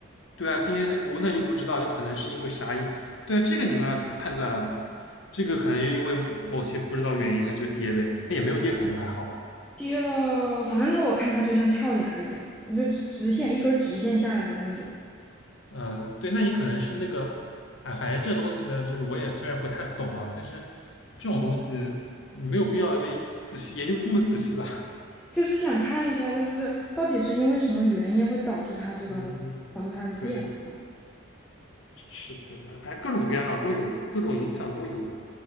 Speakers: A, on the left; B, in the centre.
A: 对啊，今天我那就不知道，就可能是因为啥因，对啊，这个你不要判断了，这个可能就因为某些不知道原因它就跌呗，它也没有跌很多，还好吧。
B: 跌了，反正它我看它就像跳崖一样，就直直线一根儿直线下来的那种。
A: 嗯，对，那你可能是那个，啊，反正这东西呢，就是我也虽然不太懂啊，但是这种东西你没有必要就仔细研究得这么仔细吧？
B: 就是想看一下，就是到底是因为什么原因会导致它这个导致它的变化。
A: 嗯嗯，对，是的，反正各种各样的都有，各种影响都有吧。